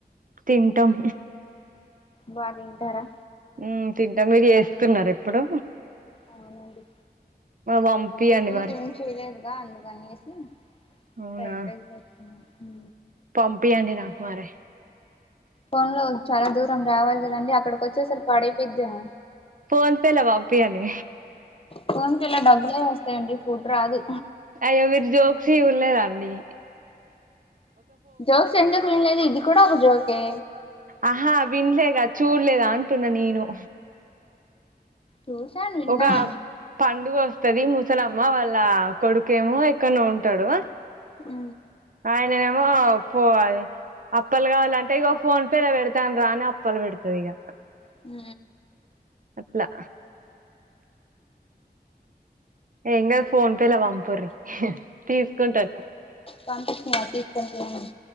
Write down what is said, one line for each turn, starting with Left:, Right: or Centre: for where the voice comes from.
Right: తింటాం
Left: బా తింటారా
Right: ఉ తింటా మీరు చేస్తున్నారా ఇప్పుడు
Left: అవునండి
Right: పంపియండి
Left: టిఫిన్కి
Right: మరి
Left: ఏం చేయలేదుగా అందుకనేసి
Right: అవునా
Left: ఫైడ్ రైస్ చేసుకున్నాం ఊ
Right: పంపియండి నాకు మరి
Left: ఫోన్ లో చాలా దూరం రావాలి కదండి అక్కడికి వచ్చేసరి పాడైపోద్దేమో
Right: ఫోన్ పే లో పంపియండి
Left: ఫోన్ పే లో డబ్బులే వస్తాయండి ఫుడ్ రాదు
Right: అయ్యో మీరు జోక్స్ ఉ లేదండి
Left: జోక్స్ ఎందుకు వినలేదు ఇది కూడా ఒక జోకే
Right: ఆహా విన్లే గా చూడలే గా అంటున్నా నేను
Left: చూసాను విన్నాను
Right: ఒక పండుగ వస్తది ముసలమ్మ వాళ్ళ కొడుకేమో ఎక్కడనో ఉంటాడు
Left: ఉ
Right: ఆయననేమో పో అని అప్పలు కావాల అంటే ఇక ఫోన్ పే లో పెడతాను రా అని అప్పలు పెడతది ఇక
Left: హు
Right: అట్లా ఏం కాదు ఫోన్ పే లో పంపురీ తీసుకుంటాను
Left: పంపించిన తీసుకొని తినండి